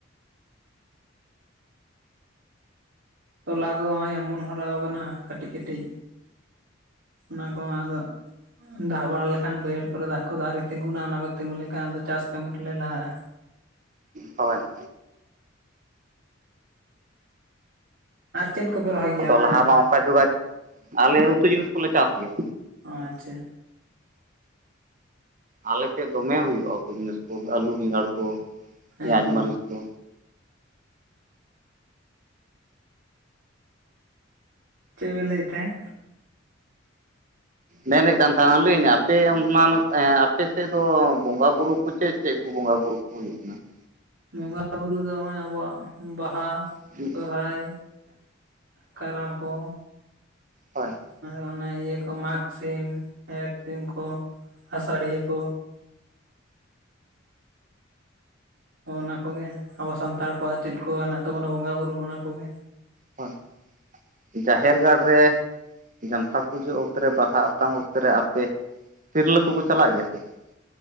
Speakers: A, on the right (about 65°); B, on the right (about 40°).
A: ᱛᱚᱞᱟ ᱠᱚᱦᱚᱸᱭ ᱮᱢᱚᱱ ᱦᱚᱨᱟᱣ ᱟᱠᱟᱱᱟ ᱠᱟᱹᱴᱤᱡ ᱠᱟᱹᱴᱤᱡ ᱚᱱᱟ ᱠᱚᱦᱚᱸ ᱟᱫᱚ ᱫᱟᱜ ᱵᱟᱲᱟ ᱞᱮᱠᱷᱟᱱ ᱵᱟᱹᱭᱦᱟᱹᱲ ᱠᱚᱨᱮ ᱫᱟᱜ ᱵᱟᱲᱟ ᱮᱱᱠᱷᱟᱱ ᱵᱟᱹᱭᱦᱟᱲ ᱠᱚᱨᱮ ᱫᱟᱜ ᱠᱚᱫᱚ ᱟᱹᱣᱨᱤ ᱛᱤᱸᱜᱩᱱᱟ ᱚᱱᱟ ᱠᱚ ᱛᱤᱸᱜᱩ ᱞᱮᱱᱠᱷᱟᱱᱫᱚ ᱪᱟᱥ ᱠᱟᱹᱢᱤ ᱨᱮ ᱞᱟᱦᱟᱜᱼᱟ
B: ᱦᱳᱭ
A: ᱟᱨ ᱪᱮᱫ ᱠᱚᱯᱮ ᱨᱚᱦᱚᱭ ᱜᱮᱭᱟ
B: ᱟᱫᱚ
A: ᱚᱱᱟ
B: ᱞᱟᱦᱟ ᱢᱟ ᱚᱱᱠᱟ ᱡᱚᱜᱟ ᱟᱞᱮ
A: <unintelligible>
B: ᱩᱛᱩ ᱡᱤᱱᱤᱥ ᱠᱚᱞᱮ ᱪᱟᱥ ᱜᱮᱭᱟ
A: ᱚ ᱟᱪᱪᱷᱟ
B: ᱟᱞᱮᱥᱮᱫ ᱫᱚᱢᱮ ᱦᱩᱭᱩᱜᱼᱟ ᱩᱛᱩ ᱡᱤᱱᱤᱥ ᱠᱚ ᱟᱹᱞᱩ ᱵᱮᱸᱜᱟᱲ ᱠᱚ
A: ᱦᱮᱸ
B: ᱯᱮᱸᱭᱟᱡᱽ
A: ᱛᱚ
B: ᱢᱟᱹᱨᱤᱪ ᱠᱚ
A: ᱪᱮᱫ ᱵᱮᱤᱱ ᱞᱟᱹᱭᱮᱫ ᱛᱟᱦᱮᱸᱫ
B: ᱢᱮᱱᱮᱫ ᱠᱟᱱ ᱛᱟᱦᱮᱱᱟᱞᱤᱧ ᱟᱯᱮ ᱚᱱᱟ <unintelligible> ᱟᱯᱮ ᱥᱮᱫ ᱫᱚ ᱵᱚᱸᱜᱟ ᱵᱩᱨᱩ ᱠᱚ ᱪᱮᱫ ᱪᱮᱫ ᱠᱚ ᱵᱚᱸᱜᱟ ᱵᱩᱨᱩ <inaudible> ᱦᱩᱭᱩᱜ ᱠᱟᱱᱟ <unintelligible>
A: ᱵᱚᱸᱜᱟ ᱵᱩᱨᱩ ᱫᱚ ᱱᱚᱜᱼᱚᱭ ᱟᱵᱚᱣᱟᱜ ᱵᱟᱦᱟ
B: ᱦᱩᱸ <unintelligible>
A: ᱥᱚᱨᱦᱟᱭ ᱠᱟᱨᱟᱢ ᱠᱚ
B: ᱦᱳᱭ
A: ᱟᱨ ᱚᱱᱮ ᱤᱭᱟᱹ ᱠᱚ ᱢᱟᱜᱽ ᱥᱤᱢ ᱮᱠ ᱥᱤᱢᱠᱩ ᱟᱥᱟᱲᱤᱭᱟᱹ ᱠᱚ ᱚᱱᱟ ᱠᱚᱜᱮ ᱟᱵᱚ ᱥᱟᱱᱛᱟᱲ ᱠᱚᱣᱟᱜ ᱪᱮᱫ ᱠᱚ ᱦᱮᱱᱟᱜ ᱛᱟᱵᱚᱱᱟ ᱵᱚᱸᱜᱟ ᱵᱩᱨᱩ ᱚᱱᱟ ᱠᱚᱜᱮ
B: ᱦᱳᱭ ᱡᱟᱦᱮᱨ ᱜᱟᱲ ᱨᱮ ᱡᱟᱱᱛᱷᱟᱲ ᱯᱩᱡᱟᱹ ᱚᱠᱛᱮ ᱨᱮ ᱵᱟᱦᱟ ᱟᱛᱟᱝ ᱚᱠᱛᱮ ᱨᱮ ᱟᱯᱮ, ᱛᱤᱨᱞᱟᱹ ᱠᱚᱠᱚ ᱪᱟᱞᱟᱜ ᱜᱮᱭᱟ ᱥᱮ ᱵᱟᱝ?